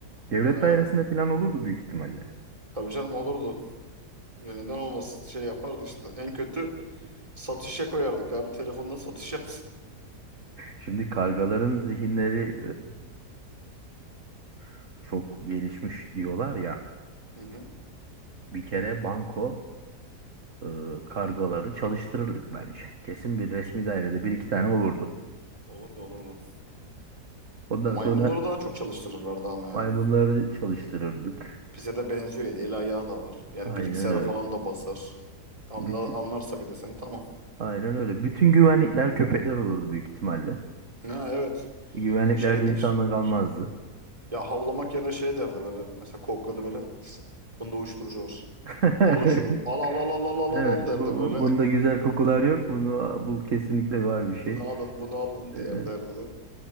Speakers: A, on the right (about 50°); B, on the right (about 20°).
A: Devlet
B: Ha,
A: dairesinde falan olurdu büyük ihtimalle.
B: tabii canım olurdu. Ve neden olmasın şey yapardı işte. En kötü satışa koyardık abi telefonla satış yapsın.
A: Şimdi kargaların zihinleri e, çok gelişmiş diyorlar ya.
B: Hı hı.
A: Bir kere banko e, kargaları çalıştırırdık bence. Kesin bir resmi
B: Şey,
A: dairede bir iki tane olurdu.
B: Olurdu olurdu.
A: Ondan
B: Maymunları
A: sonra hı.
B: daha çok çalıştırırlardı ama ya.
A: maymunları çalıştırırdık.
B: Bize de benziyor ya. El ayağı da var. Yani
A: Aynen
B: bilgisayara
A: öyle.
B: falan da basar. Anla,
A: Bütün,
B: anlarsa bir de seni tamam.
A: aynen öyle. Bütün güvenlikler köpekler olurdu büyük ihtimalle.
B: Ha, evet.
A: Güvenlikler
B: Şeydir.
A: de insanla kalmazdı.
B: Ya havlamak yerine şey derdi böyle. Mesela kokladı böyle. Bunda uyuşturucu var.
A: <laughs>
B: Alın şunu. Al al al al al al
A: Evet.
B: al al"
A: Bu,
B: derdi böyle.
A: bu- bunda
B: <laughs>
A: güzel kokular yok. Bunu, bu kesinlikle var bir şey.
B: Bunu alın bunu alın
A: Evet.
B: diğer derdi.